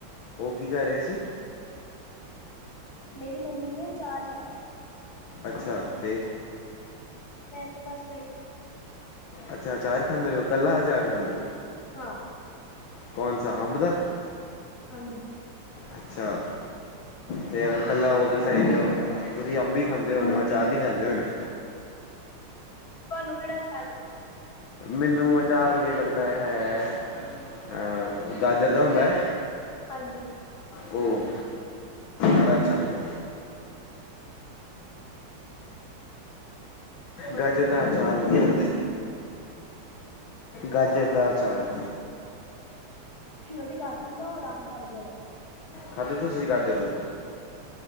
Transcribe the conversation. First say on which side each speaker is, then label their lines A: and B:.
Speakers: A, on the left; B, on the left.
A: ਔ ਕੀ ਕਰ ਰੇ ਸੀ?
B: ਮੇਰੀ ਮੰਮੀ ਨੇ ਅਚਾਰ ਚਾੜਿਐ।
A: ਅੱਛਾ ਤੇ
B: ਮੈ ਤੇ ਬਾਸ <inaudible>
A: ਅੱਛਾ ਚਾਰ ਖਾਂਦੇ ਪੇਓ, ਕੱਲਾ ਅਚਾਰ ਖਾਂਦੇ
B: ਹਾਂ।
A: ਕੋਨਸਾ ਹੰਬਰਾ
B: ਹਾਂਜੀ।
A: ਅੱਛਾ। ਤੇ ਐਵੇਂ ਕੱਲਾ ਔ ਤੇ ਸਈ ਤੇ ਤੁਸੀਂ ਅੰਬੀ ਖਾਂਦੇ ਔ ਨਾ, ਅਚਾਰ ਨੀ ਖਾਂਦੇ ਹੋਣੇ।
B: ਤੁਆਨੂੰ ਕੇੜਾ ਅਚਾਰ ਵਧੀਆ
A: ਮੈਨੂੰ ਅਚਾਰ ਵਧੀਆ ਲੱਗਦਾ ਹੈ, ਅ ਗਾਜਰ ਦਾ ਹੁੰਦਾ ਐ
B: ਹਾਂਜੀ।
A: ਹੂੰ, ਬੜਾ ਅੱਛਾ ਲੱਗਦੈ।
B: ਹੋਰ
A: ਗਾਜਰ
B: ਦੱਸੋ
A: ਦਾ ਅਚਾਰ ਵਧੀਆ ਲੱਗਦੇ। ਗਾਜਰ ਦਾ ਅਚਾਰ
B: ਨਵੀਂ ਗਾਜਰ ਦਾ ਔਰ ਅੰਬ ਦਾ ਵਧੀਆ ਲੱ
A: ਖਾਂਦੈ ਤੁਸੀ ਗਾਜਰ ਦਾ?